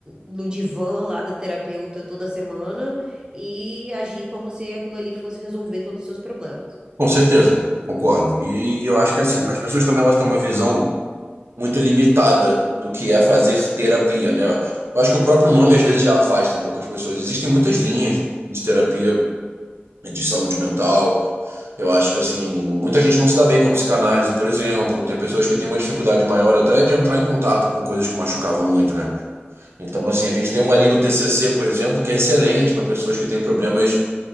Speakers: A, on the right (about 20°); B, on the right (about 85°).
A: no divã lá da terapeuta toda semana e agir como se aquilo ali fosse resolver todos os seus problemas.
B: Com certeza, concordo. E eu acho que assim, as pessoas também elas têm uma visão muito limitada do que é fazer terapia, né? Eu acho que o próprio nome às vezes já afasta um pouco as pessoas. Existem muitas linhas de terapia de saúde mental. Eu acho que, assim, muita gente não se dá bem com a psicanálise, por exemplo. Tem pessoas que têm uma dificuldade maior até de entrar em contato com coisas que machucavam muito, né? Então, assim, a gente tem uma linha do TCC, por exemplo, que é excelente para pessoas que têm problemas,